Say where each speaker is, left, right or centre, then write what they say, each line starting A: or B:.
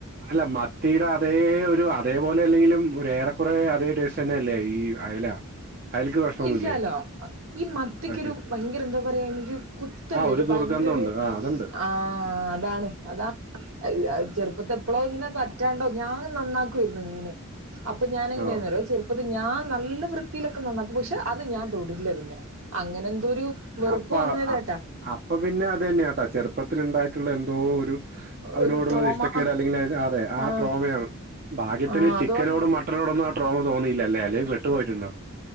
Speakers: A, on the right; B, on the right.
A: അല്ല മത്തിയുടെ അതേ ഒരു അതേപോലെ അല്ലെങ്കിലും ഒരു ഏറെക്കറെ അതേ ടേസ്സ് തന്നെ അല്ലേ ഈ അയല? അയലക്ക് പ്രശ്നമൊന്നുമില്ലേ?
B: ഇല്ലല്ലോ ഈ മത്തിക്കൊരു
A: അത് ശരി.
B: ഭയങ്കര എന്താ പറയാ അയിനെരു കുത്തല്ല
A: ആ
B: ഒരു
A: ദുർഗന്ധമുണ്ട്.
B: ഭയങ്കര ഒരു
A: ആ അതുണ്ട്.
B: ആ അതാണ് അതാ അഹ് അഹ് ചെറുപ്പത്തെ എപ്പളെ ഇങ്ങനെ പറ്റാണ്ടോ ഞാൻ നന്നാക്കുരുന്നു മീന് അപ്പൊ ഞാൻ എങ്ങനെന്നറിയോ
A: ഓ!
B: ചെറുപ്പത് ഞാൻ നല്ല വൃത്തിയിലൊക്കെ നന്ന പക്ഷെ അത് ഞാൻ തൊടില്ല പിന്നെ അങ്ങനെ ഒരു വെറുപ്പ്
A: അപ്പ
B: വന്നതാട്ടാ
A: അപ്പ പിന്നെ അത് തന്നെയാട്ടാ ചെറുപ്പത്തിൽ ഉണ്ടായിട്ടുള്ള എന്തോ ഒരു അതിനോടുള്ളത്
B: ഒരു ട്രോമ
A: ഇഷ്ടക്കേട് അല്ലെങ്കിൽ അതെ
B: ആഹ്
A: ആ ട്രോമയാണ് ഭാഗ്യത്തിന്
B: ആഹ്
A: ചിക്കനോടും
B: അതുകൊണ്ട്
A: മട്ടനോടൊന്നും ആ ട്രോമ തോന്നി യില്ലേ അല്ലേ അല്ലേ പെട്ടു പോയിട്ടുണ്ടാവും